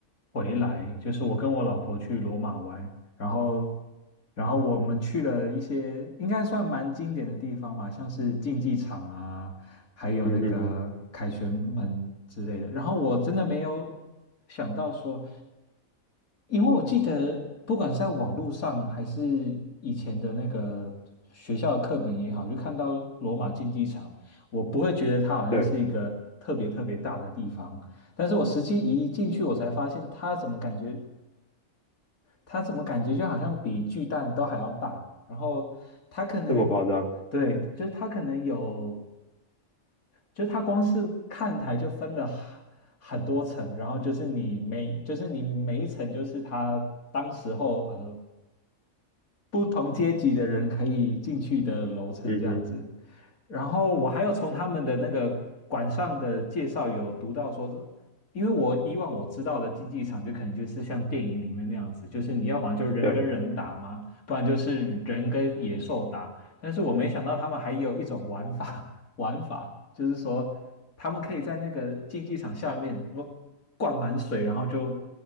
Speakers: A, on the left (about 90°); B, on the left (about 60°).
A: 回来，就是我跟我老婆去罗马玩，然后，然后我们去了一些应该算蛮经典的地方吧，像是竞技场啊，还有那个凯旋门之类的。
B: 嗯哼哼，
A: 然后我真的没有想到说，因为我记得不管是在网络上还是以前的那个学校的课本也好，就看到罗马竞技场。我不会觉得它好像是一个特别特别大的地方，
B: 对，
A: 但是我实际一进去，我才发现它怎么感觉，它怎么感觉就好像比巨蛋都还要大，然后它可能，
B: 这么夸张。
A: 对，就是它可能有，就是它光是看台就分了很很多层，然后就是你每，就是你每一层就是它当时候呃不同阶级的人可以进去的楼层这样子。
B: 嗯哼，
A: 然后我还有从他们的那个馆上的介绍有读到说，这因为我以往我知道的竞技场就可能就是像电影里面那样子，就是你要么就人跟人打嘛，
B: 对，
A: 不然就是人跟野兽打。但是我没想到他们还有一种玩法，<laughs> 玩法就是说他们可以在那个竞技场下面不灌满水，然后就